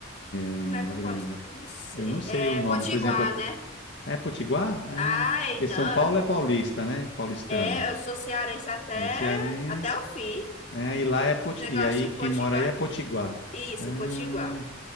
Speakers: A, on the left; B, on the left.
A: em
B: Como é que
A: Rio
B: eu
A: Grande
B: posso?
A: do Norte.
B: Não sei.
A: Eu não sei
B: É
A: o nome.
B: Potiguar,
A: Por exemplo,
B: né?
A: é Potiguar? Ah,
B: Ai,
A: porque
B: não.
A: São Paulo é paulista, né? Paulistano.
B: É, eu sou cearense até,
A: É cearense.
B: até o fim.
A: É, e lá é Poti...
B: Negócio
A: E aí,
B: de
A: quem
B: Potiguar.
A: mora aí é Potiguar.
B: Isso,
A: Ah,
B: Potiguar.